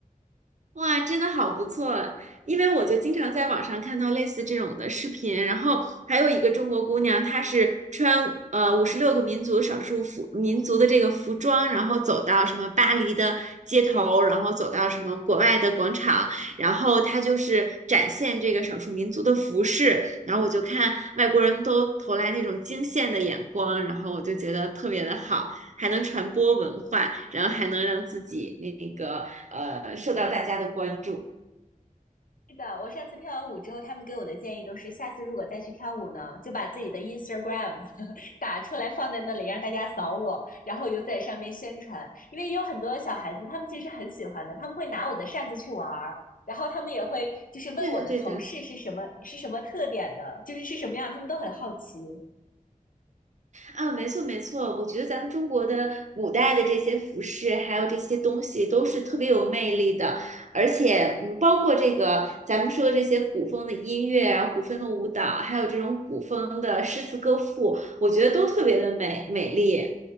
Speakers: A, on the right (about 55°); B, on the left (about 70°).
A: 哇，真的好不错！因为我就经常在网上看到类似这种的视频，然后还有一个中国姑娘，她是穿呃五十六个民族少数服民族的这个服装，然后走到什么巴黎的街头，然后走到什么国外的广场，然后她就是展现这个少数民族的服饰，然后我就看外国人都投来那种惊羡的眼光，然后我就觉得特别的好。还能传播文化，然后还能让自己那个呃受到大家的关注。
B: 是的，我上次跳完舞之后，他们给我的建议都是，下次如果再去跳舞呢，就把自己的 Instagram <laughs> 打出来放在那里，让大家扫我，然后我就在上面宣传。因为有很多小孩子，他们其实很喜欢的，他们会拿我的扇子去玩儿，然后他们也会就是问我的头饰是什么，
A: 对的，对的，
B: 是什么特点的，就是是什么样，他们都很好奇。
A: 啊，没错，没错，我觉得咱们中国的古代的这些服饰，还有这些东西，都是特别有魅力的，而且，嗯，包括这个咱们说的这些古风的音乐啊，古风的舞蹈，还有这种古风的诗词歌赋，我觉得都特别的美美丽，